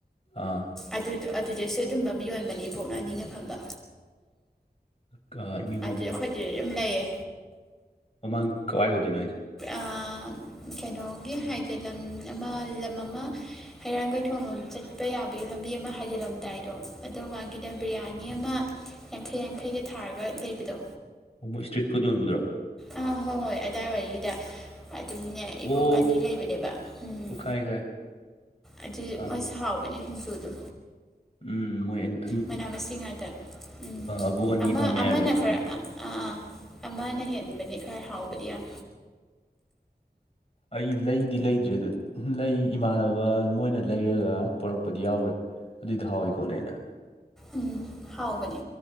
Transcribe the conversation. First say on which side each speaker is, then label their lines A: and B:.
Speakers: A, on the left; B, in the centre.
A: ꯑꯥ
B: ꯑꯗꯨꯗꯣ ꯑꯗꯨꯗꯁꯨ ꯑꯗꯨꯝꯕ ꯑꯃ ꯌꯣꯟꯕꯅꯤ ꯏꯕꯣꯛ ꯑꯅꯤꯅ ꯐꯝꯕ
A: ꯀꯥ ꯑꯦꯝ ꯌꯨ
B: ꯑꯗꯨ ꯑꯩꯈꯣꯏꯗꯨꯗꯩ ꯑꯗꯨꯝ ꯂꯩꯌꯦ
A: ꯃꯃꯥꯡ ꯀꯥꯋꯥꯏ ꯑꯣꯏꯗꯨꯏꯅꯣ ꯍꯥꯏꯖꯦ
B: ꯑꯥ ꯀꯩꯅꯣꯒꯤ ꯍꯥꯏꯖꯤꯜ ꯂꯝ ꯑꯃ ꯂꯝ ꯑꯃ ꯍꯩꯔꯥꯡꯒꯣꯏꯊꯣꯡ ꯂꯣꯝ ꯆꯠꯄ ꯌꯥꯕꯒꯤ ꯂꯝꯕꯤ ꯑꯃ ꯍꯥꯏꯖꯤꯜꯂꯝꯗꯥꯏꯗꯣ ꯑꯗꯨ ꯃꯥꯡꯒꯤꯗ ꯕꯤꯔꯌꯥꯅꯤ ꯑꯃ ꯌꯥꯡꯈꯩ ꯌꯥꯡꯈꯩꯒ ꯊꯥꯔꯒ ꯂꯩꯕꯗꯣ
A: ꯃꯣꯏ ꯏꯁꯇ꯭ꯔꯤꯠ ꯐꯨꯗ ꯌꯣꯟꯕꯗꯨꯔꯣ
B: ꯑꯥ ꯍꯣꯏ ꯍꯣꯏ ꯑꯗꯥꯏꯋꯥꯏꯒꯤꯗ ꯑꯗꯨꯝꯅꯦ ꯏꯕꯣꯛ
A: ꯑꯣ
B: ꯑꯅꯤ ꯂꯩꯕꯅꯦꯕ ꯎꯝ
A: ꯑꯣ ꯈꯪꯉꯦ ꯈꯪꯉꯦ
B: ꯑꯗꯨ
A: ꯑꯥ
B: ꯃꯣꯏꯁꯨ ꯍꯥꯎꯕꯅꯦ ꯁꯤꯡꯖꯨ ꯗꯨ
A: ꯎꯝ ꯃꯣꯏ ꯑꯅꯤ
B: ꯃꯅꯥ ꯃꯁꯤꯡ ꯉꯥꯛꯇ ꯎꯝ
A: ꯑꯕꯣꯛ ꯑꯅꯤ
B: ꯑꯃ
A: ꯐꯝꯃꯦ
B: ꯑꯃꯅ
A: ꯍꯥꯏꯕ꯭ꯔꯥ ꯑꯗꯨꯝ
B: ꯈꯔ
A: ꯍꯥꯏ
B: ꯑꯥ ꯑꯥ ꯑꯃꯅ ꯍꯦꯟꯕꯅꯦ ꯈꯔ ꯍꯥꯎꯕꯗꯤ ꯌꯥꯝ
A: ꯑꯩ ꯂꯩꯗꯤ ꯂꯩꯗ꯭ꯔꯗ ꯂꯩ ꯏꯃꯥꯟꯅꯕ ꯃꯣꯏꯅ ꯂꯩꯔꯒ ꯄꯨꯔꯛꯄꯗꯤ ꯌꯥꯎꯒ꯭ꯔꯦ ꯑꯗꯨꯏꯗꯨ ꯍꯥꯎꯏ ꯈꯣꯠꯂꯦꯅ
B: ꯎꯝ ꯍꯥꯎꯕꯅꯦ